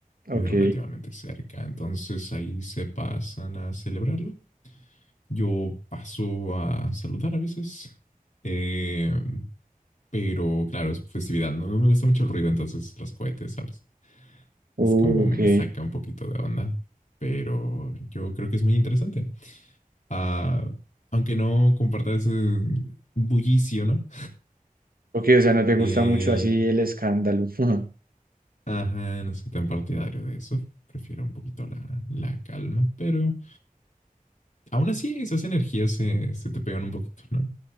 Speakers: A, on the right (about 80°); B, on the left (about 55°).
A: Ok.
B: Vive relativamente cerca. Entonces ahí se pasan a celebrarlo. Yo paso a saludar a veces. eh, pero claro, es festividad. No, no me gusta mucho el ruido, entonces los cohetes, ¿sabes?
A: Uh,
B: Es como me
A: ok.
B: saca un poquito de onda, pero yo creo que es muy interesante. Ah, aunque no comparta ese bullicio, ¿no?
A: Ok, o sea, no te gusta
B: Eh,
A: mucho así el escándalo. <laughs> Ujú.
B: ajá, no soy tan partidario de eso. Prefiero un poquito la, la calma, pero aún así esas energías se, se te pegan un poquito, ¿no?